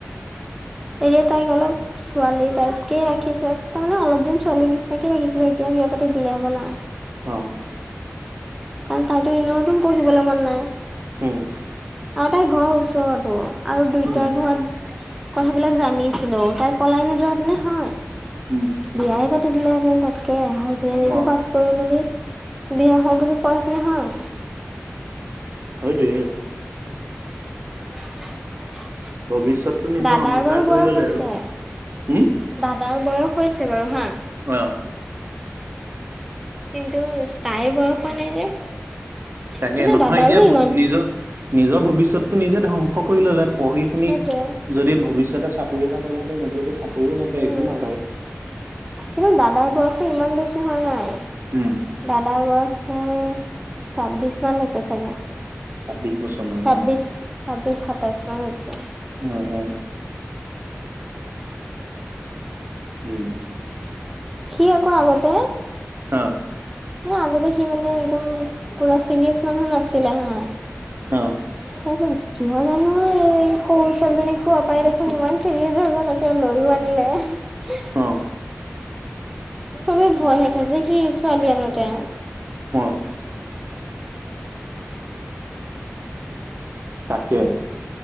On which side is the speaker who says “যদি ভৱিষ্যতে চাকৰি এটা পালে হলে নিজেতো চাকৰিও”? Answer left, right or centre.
Right